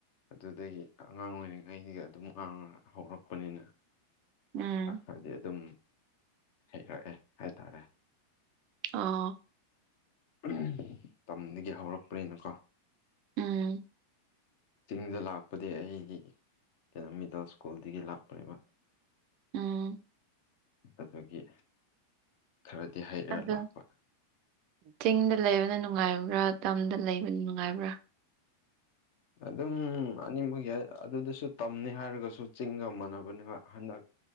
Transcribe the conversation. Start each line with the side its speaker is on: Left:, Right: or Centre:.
Left: ꯑꯗꯨꯗꯒꯤ ꯑꯉꯥꯡ ꯑꯣꯏꯔꯤꯉꯩꯗꯒꯤ ꯑꯗꯨꯝ ꯉꯥꯡ ꯍꯧꯔꯛꯄꯅꯤꯅ
Right: ꯎꯝ
Left: ꯈꯔ ꯈꯔꯗꯤ ꯑꯗꯨꯝ ꯍꯩꯔꯛꯑꯦ ꯍꯥꯏꯇꯥꯔꯦ
Right: ꯑ
Left: ꯑꯝ ꯇꯝꯗꯒꯤ ꯍꯧꯔꯛꯄꯅꯤꯅꯀꯣ
Right: ꯎꯝ
Left: ꯆꯤꯡꯗ ꯂꯥꯛꯄꯗꯤ ꯑꯩ ꯀꯩꯅꯣ ꯃꯤꯗꯜ ꯁ꯭ꯀꯨꯜꯗꯒꯤ ꯂꯥꯛꯄꯅꯦꯕ
Right: ꯑꯝ
Left: ꯑꯗꯗꯒꯤ ꯈꯔꯗꯤ ꯍꯩꯔ
Right: ꯑꯗꯣ
Left: ꯂꯥꯛꯄ
Right: ꯆꯤꯡꯗ ꯂꯩꯕꯅ ꯅꯨꯡꯉꯥꯏꯕ꯭ꯔꯥ ꯇꯝꯗ ꯂꯩꯕꯅ ꯅꯨꯡꯉꯥꯏꯕ꯭ꯔꯥ
Left: ꯑꯗꯨꯝ ꯑꯅꯤꯃꯛ ꯌꯥ ꯑꯗꯨꯗꯁꯨ ꯇꯝꯅꯤ ꯍꯥꯏꯔꯒꯁꯨ ꯆꯤꯡꯒ ꯃꯥꯟꯅꯕꯅꯦꯕ ꯍꯟꯗꯛ